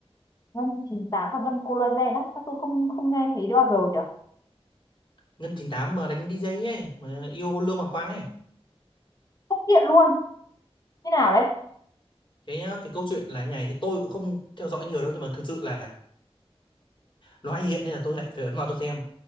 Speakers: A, on the left; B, on the left.
A: ngân chín tám và ngân collagen á sao tôi không không nghe thấy bao giờ nhỉ
B: Ngân 98 mà đánh đi DJ ấy mà yêu Lương Bằng Quang ấy
A: không hiện luôn như nào đấy
B: thế nhá cái câu chuyện là như này thì tôi cũng không theo dõi nhiều đâu nhưng mà thực sự là nó hay hiện nên là tôi lại phải ấn vào tôi xem